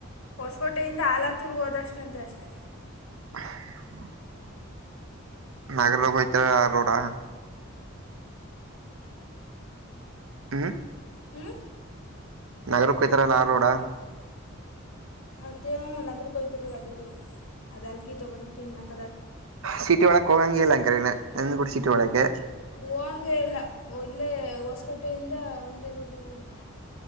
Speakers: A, on the left (about 80°); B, on the right (about 85°).
A: ಹೊಸಕೋಟೆಯಿಂದ ಆಲಾತುರ್ಗ ಹೋದಷ್ಟಂತ ಅಷ್ಟೆ
B: ಹ್ಮ ನಾಗರಲೋಗ ಹತ ರೋಡ ಹ
A: ಹ್ಮ
B: ನಗರಕ್ಕ ಈತರ ಎಲ್ಲ ಆ ರೋಡಾ <unintelligible>
A: ಅದೇ ನಗರು ಕ ಕೊಯ್ತಿರಲ್ಲ ಅದೇರು ಅದ ಅಲ್ಕಿ ತಗೋದ ಪಿನ್ನ <inaudible>
B: ಸಿಟಿ ಒಳಕ್ ಹೋಗಂಗ ಎಲ್ಲ ಅಕ್ರನ ನಂದ ಕೂಡ ಸಿಟಿ ಒಳಗೆ
A: ಹಂಗಗೆ ಇಲ್ಲ ಇಲ್ಲೇ ಹೊಸಕೋಟೆಯಿಂದ ಒಂದೇ ರೂಟಲ್ಲಿ ಇರುತ್ತೆ